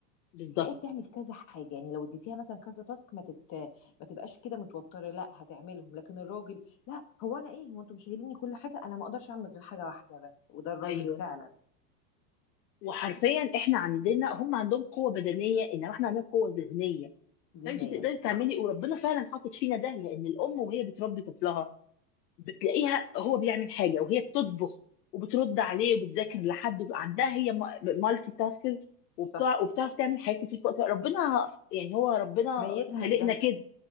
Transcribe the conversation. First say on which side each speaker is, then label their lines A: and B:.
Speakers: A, on the left; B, on the left.
A: بالظبط
B: تلاقيها بتعمل كذا حاجه يعني لو اديتيها مثلا كذا تاسك ما تت... ما تبقاش كده متوتره لا هتعملهم لكن الراجل لا هو انا ايه هو انتم شايليني كل حاجه انا ما اقدرش اعمل غير حاجه واحده بس وده الراجل
A: ايوه
B: فعلا
A: وحرفيا احنا عندنا هم عندهم قوه بدنيه انما احنا عندنا قوه ذهنيه
B: ذهنيا
A: فانت تقدري تعملي
B: صح
A: وربنا فعلا حاطط فينا ده لان الام وهي بتربي طفلها بتلاقيها هو بيعمل حاجه وهي بتطبخ وبترد عليه وبتذاكر لحد وب- عندها هي مالتي تاسكر وبتاع
B: صح
A: وبتعرف تعمل حاجات كتير في وقت واحد. ربنا يعني هو ربنا
B: ميزها
A: خلقنا
B: بده
A: كده